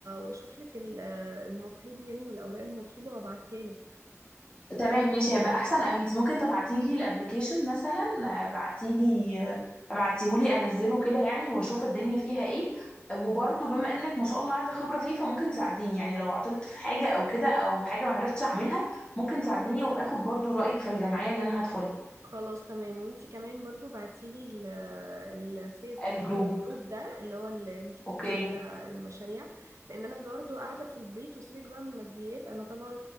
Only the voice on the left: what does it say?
تمام ماشي هيبقى احسن قوي انت ممكن تبعتي لي الابلكيشن مثلا ابعتي لي ابعتيه لي انزله كده يعني واشوف الدنيا فيها ايه وبرضه بما انك ما شاء الله عندك خبرة فيه فممكن تساعديني يعني لو عطلت في حاجة او كده او حاجة ما عرفتش اعملها ممكن تساعديني وابقى اخد برضه رأيك في الجمعية اللي انا هدخلها
الجروب
اوكي